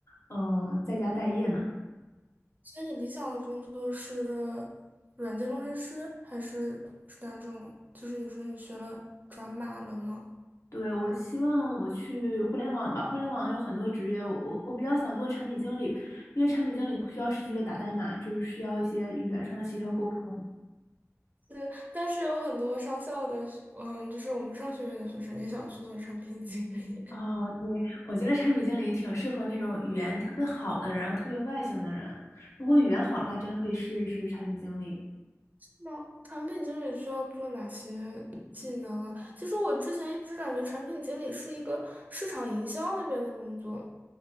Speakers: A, on the left; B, on the right.
A: 嗯在家待业呢。
B: 所以你理想的工作是软件工程师，还是是哪种？就是你说你学了转码了吗？
A: 对，我希望我去互联网吧，互联网有很多职业，我我我比较想做产品经理，因为产品经理不需要实际的打代码，就是需要一些语言上的协调沟通。
B: 对，但是有很多商校的学，嗯，就是我们商学院的学生也想去做产品经理。
A: 啊，对，我觉得产品经理挺适合那种语言特别好的人，然后特别外向的人。如果语言好的话，真的可以试一试产品经理。
B: 那产品经理需要做哪些技能啊？其实我之前一直感觉产品经理是一个市场营销那边的工作。